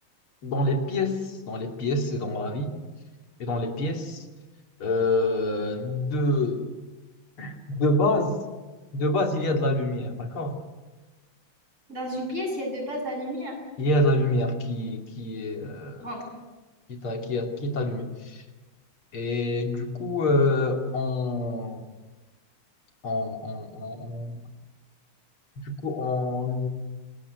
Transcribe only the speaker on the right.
Dans une pièce, il y a deux bases de la lumière.
Rentre.